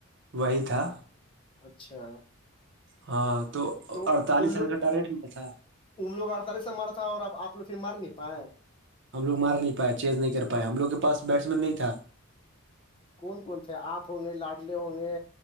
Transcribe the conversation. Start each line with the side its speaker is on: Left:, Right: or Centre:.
Right: وہی تھا
Left: اچھا
Right: ہاں تو
Left: ان
Right: اڑتالیس
Left: لوگ
Right: رن کا ٹارگیٹ ملا تھا
Left: ان لوگ ہڑسارے سے مرا تھا اور اب آ لوگ پھر مار نہیں پائے
Right: ہم لوگ مار نہیں پائے چینج نہیں کر پائے ہم لوگ کے پاس بیٹس مین نہیں تھا
Left: کون کون تھے آپ ہوں گے لاڈلے ہوں گے